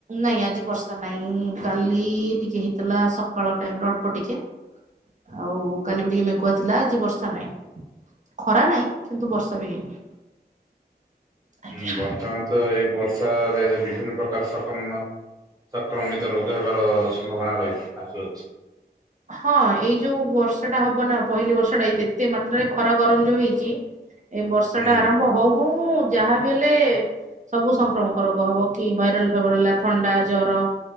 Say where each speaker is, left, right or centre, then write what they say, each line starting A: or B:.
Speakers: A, on the right; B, on the right.
A: ନାଇଁ ଆଜି ବର୍ଷା ନାଇଁ କାଲି ଟିକେ ହେଇଥିଲା ସକାଳ ଟାଇମ ରେ ଅଳ୍ପ ଟିକେ ଆଉ କାଲି ବି ଟିକେ ମେଘୁଆ ଥିଲା ଆଜି ବର୍ଷା ନାଇଁ ଖରା ନାଇଁ। କିନ୍ତୁ ବର୍ଷା ବି ହେଇନି। ଆଜ୍ଞା।
B: ହୁଁ ବର୍ତ୍ତମାନ ତ ଏଇ। ବର୍ଷାରେ ବିଭିନ୍ନ ପ୍ରକାର ସକ୍ରମ ସଂକ୍ରମିତ ରୋଗ ହେବାର ସମ୍ଭାବନା ରହି ଆସୁଅଛି।
A: ହଁ ଏଇ ଯୋଉ ବର୍ଷ ଟା ହବ ନା ପହିଲି ବର୍ଷ ଟା ଏଇ ଯେ ଏତେ ମାତ୍ରାରେ ଖରା ଗରମ ଯୋଉ ହେଇଛି। ଏ ବର୍ଷ
B: ହୁଁ
A: ଟା ଆରମ୍ଭ ହଉ। ହଁ ଯାହାବି ହେଲେ ସବୁ ସଂକ୍ରମକ ରୋଗ ହବ। କି ଭାଇରାଲ ଫେବର ହେଲା ଥଣ୍ଡା ଜର।